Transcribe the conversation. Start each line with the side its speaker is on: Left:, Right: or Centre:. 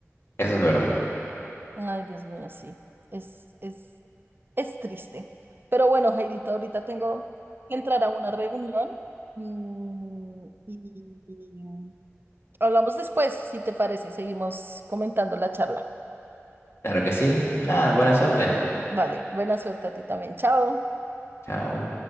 Left: Eso es verdad.
Right: Ay, Dios mío, sí. Es, es, es triste. Pero bueno, Jairito, ahorita tengo que entrar a una reunión. mm, y y hablamos después, si te parece. Seguimos comentando la charla.
Left: Claro que sí. Nada, buena suerte.
Right: Vale, buena suerte a ti también. Chao.
Left: Chao.